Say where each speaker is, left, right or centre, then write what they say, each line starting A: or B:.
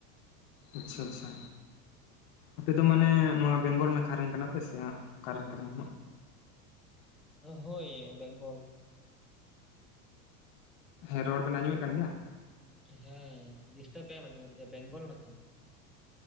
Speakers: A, on the left; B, in the centre.
A: ᱟᱪᱪᱷᱟ ᱟᱪᱪᱷᱟ ᱟᱯᱮ ᱫᱚ ᱢᱟᱱᱮ
B: ᱦᱳᱭ
A: ᱱᱚᱣᱟ ᱵᱮᱝᱜᱚᱞ ᱱᱟᱠᱷᱟ ᱨᱮᱱ ᱠᱟᱱᱟ ᱯᱮ ᱥᱮ? ᱠᱟᱨᱮᱱ ᱠᱟᱱᱟᱢ,
B: ᱦᱳᱭ ᱵᱮᱝᱜᱚᱞ᱾
A: ᱦᱮᱸ ᱨᱚᱲ ᱵᱮᱱ ᱟᱸᱚᱢᱮᱫ ᱠᱟᱱ ᱜᱮᱭᱟ᱾
B: ᱦᱮᱸ ᱰᱤᱥᱴᱟᱵᱫ ᱟᱭ ᱢᱟᱡᱷᱮᱢᱚᱫᱽᱷᱮ ᱵᱮᱝᱜᱚᱞ ᱱᱟᱠᱷᱟ᱾